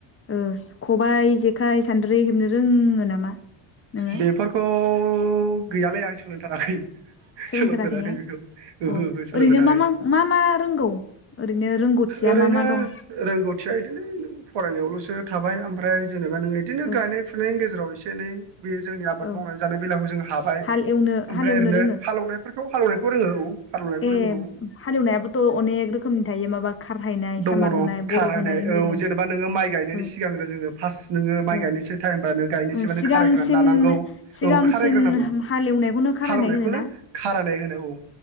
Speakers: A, on the left; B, on the right.
A: ओ खबायाइ, जेखाइ, सान्द्रि हेबनो रोङो नामा? नोङो
B: बेफोरखौ गैयालै आं सोलोंथाराखै।
A: सोलोंथाराखै
B: सोलोंफेराखै
A: ने
B: बेखौ ओहो
A: अ
B: ओहो सोलोंफेराखै।
A: ओरैनो मा मा मा मा रोंगौ ओरैनो रोंगौथिया
B: ओरैनो
A: मा मा दं
B: रोंगौथिया बिदिनो नों फरायनायावल'सो। थाबाय ओमफ्राय जेनेबा नों इदिनो
A: ओ
B: गायनाय फुनायनि गेजेराव एसे एनै। बे जोंनि आबाद
A: औ
B: मावनानै जानाय बेलखौ जों हाबाय।
A: हाल एवनो
B: ओमफ्राय
A: हालेवनो
B: ओरैनो
A: रोङो
B: हालेवनायफोरखौ हालेवनायखौ रोङो औ। हालौनायखौ
A: ए
B: रोंगौ
A: हालेवनायाबोथ' अनेक रोखोमनि थायो माबा। खारहायनाय
B: दङ
A: सामार
B: दङ
A: होनाय
B: खारहायनाय
A: बर' होनाय होनलायलायनाय
B: औ जेनेबा नोङो माइ गायनायनि
A: ओ
B: सिगांग्रो जोङो फार्स्ट नोङो माइ
A: ओ
B: गायनो। नोसै टाइमबा नों गायनोसै
A: ओ
B: माने
A: सिगांसिन
B: खारायग्रो लानांगौ
A: सिगांसिन
B: औ खारायग्रो नांगौ
A: हालेवनायखौनो खारायनाय
B: हालेवनायखौनो।
A: होनोना
B: खारानाय होनो औ।